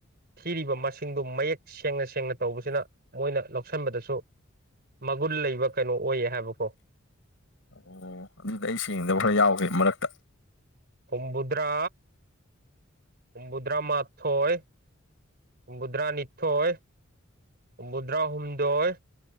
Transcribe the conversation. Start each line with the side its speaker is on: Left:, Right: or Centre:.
Right: ꯊꯤꯔꯤꯕ ꯃꯁꯤꯡꯗꯨ ꯃꯌꯦꯛ ꯁꯦꯡꯅ ꯁꯦꯡꯅ ꯇꯧꯕꯁꯤꯅ ꯃꯣꯏꯅ ꯂꯧꯁꯤꯟꯕꯗꯁꯨ ꯃꯒꯨꯟ ꯂꯩꯕ ꯀꯩꯅꯣ ꯑꯣꯏꯌꯦ ꯍꯥꯏꯕꯀꯣ
Left: ꯑꯣ ꯑꯗꯨꯗꯤ ꯑꯩ ꯁꯦꯡꯗꯕ ꯈꯔ ꯌꯥꯎꯒꯦ ꯃꯔꯛꯇ
Right: ꯍꯨꯗ꯭ꯔꯥ ꯍꯨꯗ꯭ꯔꯥ ꯃꯥꯊꯣꯏ ꯍꯨꯝꯐꯨꯇꯔꯥꯅꯤꯊꯣꯏ ꯍꯨꯝꯐꯨꯇꯔꯥꯍꯨꯝꯗꯣꯏ